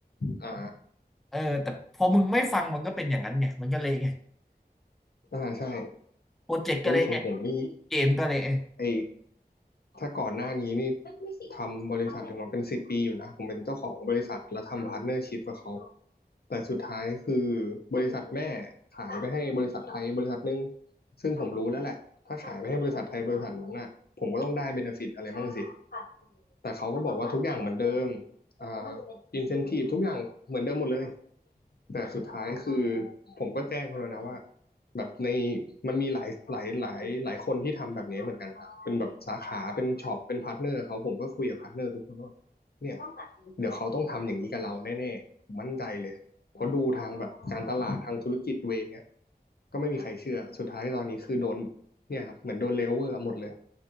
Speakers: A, on the left; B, in the centre.
A: อ่า
B: เออแต่พอมึงไม่ฟังมันก็เป็นอย่างนั้นไงมันก็เละไง
A: อ่าใช่
B: โปรเจกต์ก็เละไง
A: โอ้ยของผมนี่
B: เกมก็เละ
A: ไอถ้าก่อนหน้านี้นี่ทำบริษัทถึงมาเป็นสิบปีอยู่นะผมเป็นเจ้าของบริษัทแล้วทำพาร์ทเนอร์ชิพกับเขาแต่สุดท้ายคือบริษัทแม่ขายไปให้บริษัทไทยบริษัทหนึงซึ่งผมรู้แล้วแหละ ถ้าขายไปให้บริษัทไทยบริษัทนั้นน่ะผมก็ต้องได้เบเนฟิตอะไรบ้างสิ แต่เขาก็บอกว่าทุกอย่างเหมือนเดิมอ่าอินเซนทีฟทุกอย่างเหมือนเดิมหมดเลย แต่สุดท้ายคือผมก็แจ้งเขาแล้วนะว่าแบบในมันมีหลายหลายหลายหลายคนที่ทำแบบนี้เหมือนกันครับเป็นแบบสาขาเป็นช็อปเป็นพาร์ทเนอร์เขาผมก็คุยกับพาร์ทเนอร์ทุกคนว่าเนี่ยเดี๋ยวเขาต้องทำอย่างนี้กับเราแน่ๆผมมั่นใจเลยเพราะดูทางแบบการตลาดทางธุรกิจเวยเนี้ยก็ไม่มีใครเชื่อสุดท้ายตอนนี้คือโดนเนี่ยครับเหมือนโดนเลเวอร์หมดเลย